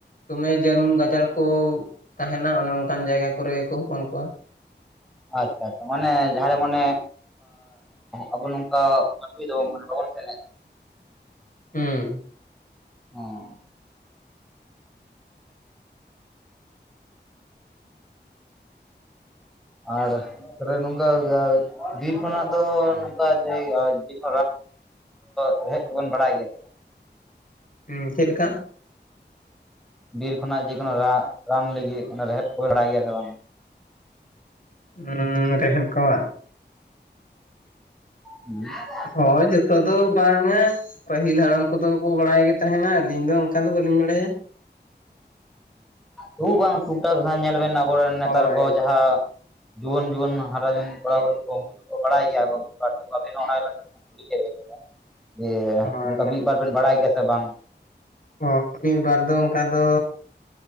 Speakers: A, on the left; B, in the centre.
A: ᱫᱚᱢᱮ ᱡᱟᱹᱱᱩᱢ ᱜᱟᱡᱟᱲ ᱠᱚ ᱛᱟᱦᱮᱱᱟ ᱚᱱᱮ ᱚᱱᱠᱟᱱ ᱡᱟᱭᱜᱟ ᱠᱚᱨᱮ ᱜᱮᱠᱚ ᱦᱚᱯᱚᱱ ᱠᱚᱣᱟ
B: ᱟᱪᱪᱷᱟ ᱪᱷᱟ ᱢᱟᱱᱮ ᱡᱟᱦᱟᱸ ᱨᱮ ᱢᱟᱱᱮ ᱟᱵᱚ ᱱᱚᱝᱠᱟ ᱢᱟᱹᱱᱢᱤ ᱫᱚ ᱵᱟᱵᱚᱱ ᱥᱮᱱᱮᱜᱼᱟ
A: ᱩᱸ
B: ᱚᱸ ᱟᱨ ᱛᱟᱦᱚᱞᱮ ᱱᱚᱝᱠᱟ ᱡᱟᱣᱟᱡ ᱵᱤᱨᱠᱷᱚᱱᱟᱜ ᱫᱚ ᱱᱚᱝᱠᱟ ᱡᱮ <unintelligible> ᱛᱚ ᱦᱮᱡᱵᱚᱱ ᱵᱟᱲᱟᱭ ᱜᱮᱭᱟ
A: ᱦᱸ ᱪᱮᱫ ᱞᱮᱠᱟ
B: ᱵᱤᱨ ᱠᱷᱚᱱᱟᱜ ᱡᱮᱠᱳᱱᱳ ᱨᱟ ᱨᱟᱱ ᱞᱟᱹᱜᱤᱫ ᱨᱮᱦᱮᱫ ᱠᱚ ᱵᱟᱲᱟᱭ ᱜᱮᱭᱟ ᱥᱮ ᱵᱟᱝ
A: ᱩᱸᱻᱻ ᱨᱮᱦᱮᱫᱽ ᱠᱚ ᱵᱟ
B: ᱦᱩ
A: ᱦᱳᱸᱭ ᱡᱚᱛ ᱡᱚᱛᱚ ᱫᱚ ᱵᱟᱝᱟ ᱯᱟᱹᱦᱤᱞ ᱦᱟᱲᱟᱢ ᱠᱚᱫᱚ ᱠᱚ ᱵᱟᱲᱟᱭ ᱜᱮ ᱛᱟᱦᱮᱱᱟ ᱟᱹᱞᱤᱧ ᱫᱚ ᱚᱱᱠᱟ ᱫᱚ ᱵᱟᱹᱞᱤᱧ ᱵᱟᱲᱟᱭᱟ
B: ᱫᱩ ᱵᱟᱝ ᱴᱩᱠᱴᱟ ᱫᱦᱟᱣ ᱧᱮᱞ ᱵᱤᱱ ᱟᱵᱚᱨᱮᱱ ᱱᱮᱛᱟᱨ
A: ᱦᱳᱭ
B: ᱠᱚ ᱡᱟᱦᱟᱸ ᱡᱩᱣᱟᱹᱱ ᱡᱩᱣᱟᱹᱱ ᱦᱟᱨᱟ ᱭᱮᱱ ᱠᱚᱲᱟ ᱠᱩᱲᱤ ᱠᱚ ᱩᱱᱠᱩ ᱠᱚ ᱵᱟᱲᱟᱭ ᱜᱮᱭᱟ ᱢᱤᱫ ᱵᱟᱨ ᱛ ᱟᱵ ᱚᱱᱟ ᱠᱩᱞᱤ ᱠᱮᱫᱵᱮᱱ ᱡᱮ
A: ᱦᱳᱭ
B: ᱱᱚᱝᱠᱟ
A: ᱦᱳᱭ
B: ᱢᱤᱫᱵᱟᱨ ᱵᱮᱱ ᱵᱟᱲᱟᱭ ᱜᱮᱭᱟ ᱥᱮ ᱵᱟᱝ
A: ᱚᱸ ᱢᱤᱫ ᱵᱟᱨ ᱫᱚ ᱚᱱᱠᱟ ᱫᱚ